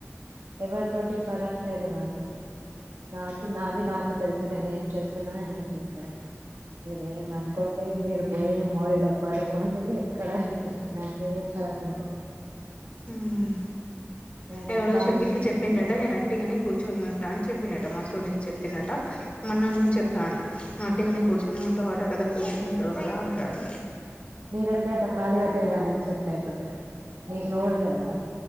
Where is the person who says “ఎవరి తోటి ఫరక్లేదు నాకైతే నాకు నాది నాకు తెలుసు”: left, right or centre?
Right